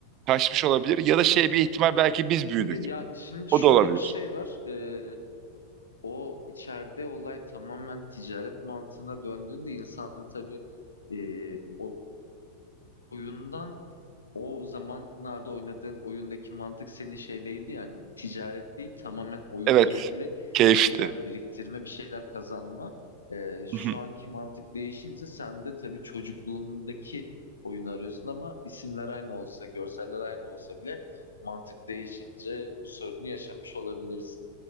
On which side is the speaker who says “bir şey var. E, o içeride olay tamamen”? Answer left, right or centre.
Left